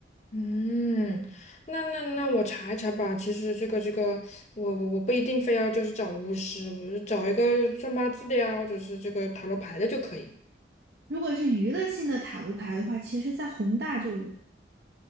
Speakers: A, on the left; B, on the right.
A: 嗯，那那那我查一查吧。其实这个这个，我我我不一定非要就是找巫师，我就找一个算八字的呀，或者是这个塔罗牌的就可以。
B: 如果是娱乐性的塔罗牌的话，其实在宏大就有，